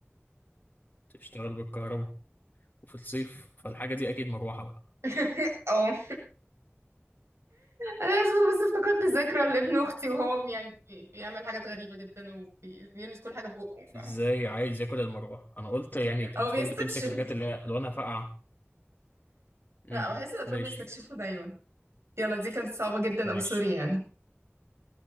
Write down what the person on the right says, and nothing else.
<laughs> اه انا اسفه بس افتكرت ذكرى لابن اختي وهو يعني بي- بيعمل حاجات غريبه جدا وبيلمس كل حاجه ببقه ف
او بيستكشف
لا
بحس الاطفال
بيستكشفوا دايما يلا دي كانت صعبه جدا
ام سوري يعني